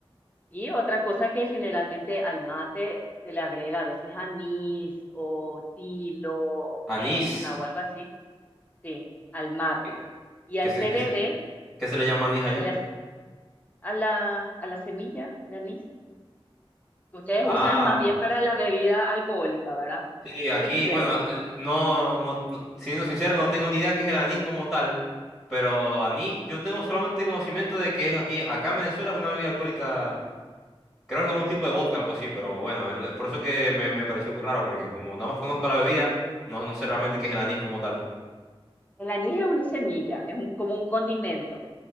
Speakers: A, on the left; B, in the centre.
A: Y otra cosa que generalmente al mate se le agrega a veces anís o tilo o menta
B: Anís.
A: o algo así, sí, al mate.
B: ¿Qué
A: Y al
B: qué se,
A: tereré
B: qué se, qué se le llama anís allá?
A: de las, a la, a la semilla de anís. Ustedes
B: Ah,
A: usan más bien para la bebida alcohólica, ¿verdad?
B: sí, aquí,
A: Creo.
B: bueno, eh, no, no, no- siendo sincero, no tengo ni idea qué es el anís como tal. Pero anís, yo tengo solamente conocimiento de que es aquí, acá en Venezuela es una bebida alcohólica Creo que es como un tipo de vodka, algo así, pero bueno, el- por eso que me, me pareció muy raro, porque como nada más conozco la bebida, no, no sé realmente qué es el anís como tal.
A: El anís es una semilla, es un, como un condimento